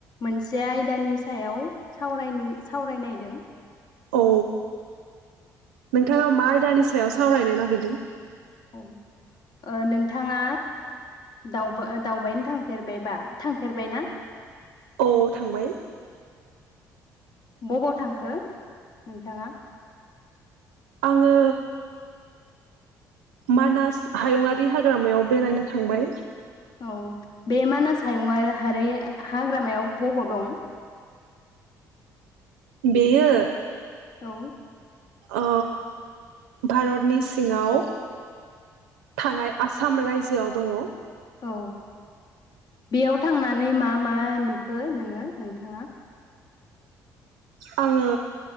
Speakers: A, on the left; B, on the right.
A: मोनसे आयदानि सायाव सावराय सावरायनायदों।
B: औ नोंथाङा मा आदानि सायाव साव सावरायनो नागिरदों
A: औ ओ नोंथाङा दावबा दावबायनो थांफेरबायबा थांफेरबाय ना
B: औ थांबाय
A: बबाव थांखो नोंथाङा
B: आङो मानास हायुङारि हाग्रामायाव बेरायनो थांबाय
A: औ बे मानास हायुंआ हारि हाग्रामायाव बबाव दं
B: बेयो
A: औ
B: ओ भारतनि सिङाव थानाय आसाम रायजोआव दङ
A: औ बेयाव थांनानै मा मा नुखो नोङो नोंथाङा
B: आङो